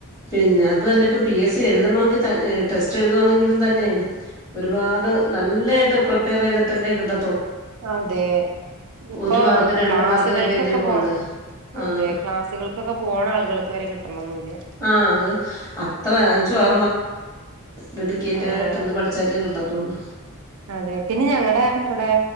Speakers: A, on the left (about 15°); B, on the right (about 75°).
A: പിന്നെ അതുഅല്ല ഇപ്പം പി എസ് സി എഴുതണോങ്കിൽ ടെസ്റ്റ് എഴുതുവാണെങ്കിലും തന്നെ ഒരുപാട് നല്ലായിട്ട് പ്പൊ പ്രിപേർ ചെയ്തിട്ടല്ലേ കിട്ട
B: അതെ ഇപ്പൊ
A: ഒരു മാർക്ക് രണ്ട്
B: ക്ലാസുകൾ
A: മാർക്കിനൊക്കെ
B: ക്കൊക്കെ
A: അല്ലേ പോന്നത്
B: പോണം
A: ആഹ്
B: അതെ ക്ലാസ്സുകൾക്കൊക്കെ പോണ ആളുകൾക്ക് വരെ കിട്ട്ണൊന്നുല്ല
A: ആഹ് അത് അത്ര <unintelligible> ഡെഡിക്കേറ്റ്
B: ആഹ്
A: ആയിട്ടിര്ന്ന് പഠിച്ചാലേ കിട്ടത്തുള്ളൂ
B: അതെ പിന്നെ ഞങ്ങടെ വിടെ